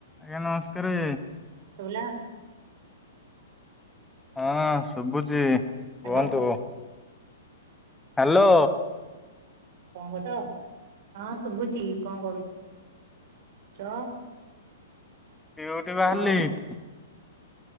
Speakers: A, in the centre; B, on the right.
A: ଆଜ୍ଞା ନମସ୍କାରେ।
B: ଶୁଭିଲା।
A: ହଁ ଶୁଭୁଛି କୁହନ୍ତୁ।
B: ହ୍ୟାଲୋ
A: ହାଲୋ।
B: କଣ କରୁଛ ହଁ ଶୁଭୁଛି କଣ କରୁ ଚ?
A: ଡ଼ିଉଟି ବାହାରିଲି।
B: ହଁ